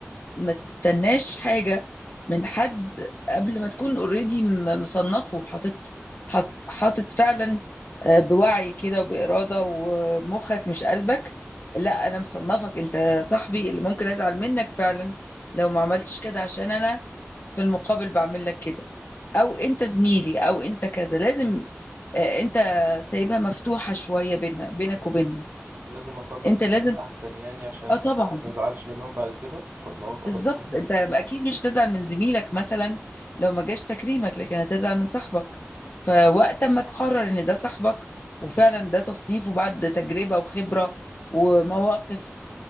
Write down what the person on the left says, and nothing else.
ما تستناش حاجة من حد قبل ما تكون اوريدي مصنفه وحاطط حاط- حاطط فعلا آه، بوعي كده وبإرادة ومخك مش قلبك لا أنا مصنفك أنت صاحبي اللي ممكن أزعل منك فعلا لو ما عملتش كده عشان أنا في المقابل بعمل لك كده او انت زميلي او انت كذا لازم آه، انت سايبها مفتوحه شويه بينها بينك وبينهم
انت
لازم
اه طبعا
بالظبط
انت اكيد مش هتزعل من زميلك مثلا لو ما جاش تكريمك لكن هتزعل من صاحبك فوقت ما تقرر ان ده صاحبك وفعلا ده تصنيفه بعد تجربه وخبره ومواقف